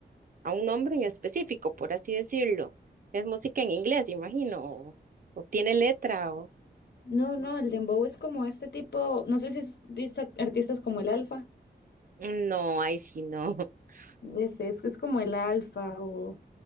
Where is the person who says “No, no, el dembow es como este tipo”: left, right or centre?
Left